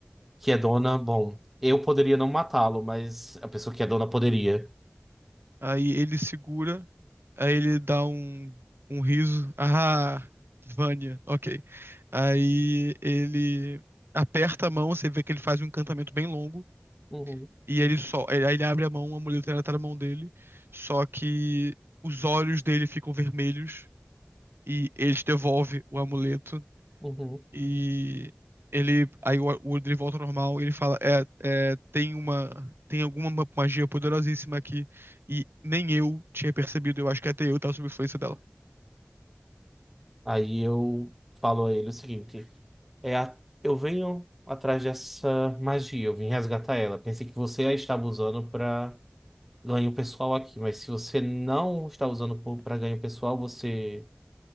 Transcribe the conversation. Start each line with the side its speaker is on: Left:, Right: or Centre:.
Centre: que é dona, bom, eu poderia não matá-lo, mas a pessoa que é dona poderia.
Right: Aí ele segura, aí ele dá um, um riso. Ah, Vânia, ok. Aí ele aperta a mão, você vê que ele faz um encantamento bem longo,
Centre: Uhum,
Right: e ele só, aí ele abre a mão, a mulher tá na mão dele, só que os olhos dele ficam vermelhos e ele te devolve o amuleto
Centre: uhum.
Right: e ele. Aí o o Woodley volta ao normal e ele fala: É, é, tem uma. Tem alguma ma- magia poderosíssima aqui. E nem eu tinha percebido. Eu acho que até eu tava sob influência dela.
Centre: Aí eu falo a ele o seguinte. É a- Eu venho atrás dessa magia, eu vim resgatar ela. Pensei que você a estava usando para ganho pessoal aqui, mas se você não está usando para ganho pessoal, você